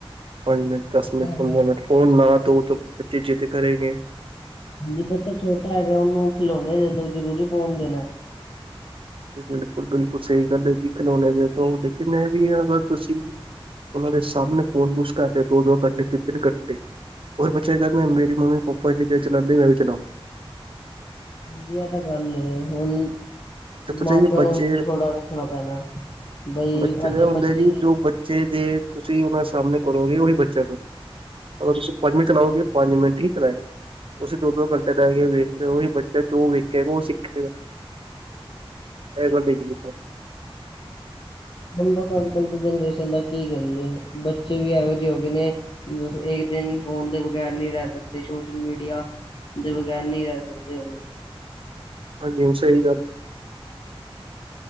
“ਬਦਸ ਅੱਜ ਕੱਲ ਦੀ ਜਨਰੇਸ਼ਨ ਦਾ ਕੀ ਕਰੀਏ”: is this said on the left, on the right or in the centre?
Left